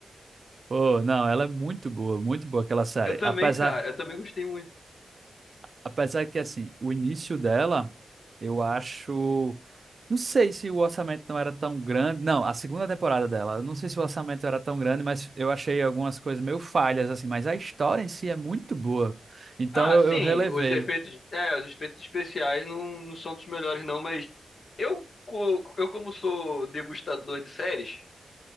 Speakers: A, on the right; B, on the left.
A: Pô, não, ela é muito boa, muito boa aquela série.
B: Eu cara, também,
A: Apesar,
B: tá, cara, eu tá também já gostei muito.
A: apesar que, assim, o início dela, eu acho. Não sei se o orçamento não era tão grande. Não, a segunda temporada dela. eu Não sei se o orçamento era tão grande, mas eu achei algumas coisas meio falhas, assim. Mas a história em si é muito boa. Então
B: Ah,
A: eu,
B: tá sim,
A: eu relevei.
B: valendo os muito efeitos, pena. é, os efeitos especiais não, não são dos melhores, não, mas eu, co- eu como sou degustador de séries,